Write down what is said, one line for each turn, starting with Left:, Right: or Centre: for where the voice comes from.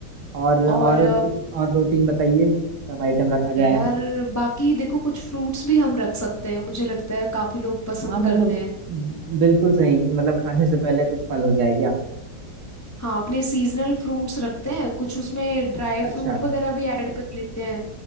Right: और
Left: और
Right: और कुछ और दो तीन बताइए सब आइटम रखा जाएगा
Left: यार बाकी देखो कुछ फ्रूट्स भी हम रख सकते हैं मुझे लगता है काफी लोग
Right: हाँ
Left: पसंद
Right: मतलब
Left: करते हैं
Right: बिल्कुल सही मतलब खाने से पहले कुछ फल हो जाए क्या
Left: हाँ अपने सीजनल फ्रूट्स रखते हैं कुछ उसमें ड्राई फ्रूट
Right: अच्छा
Left: वगैरह भी ऐड कर लेते हैं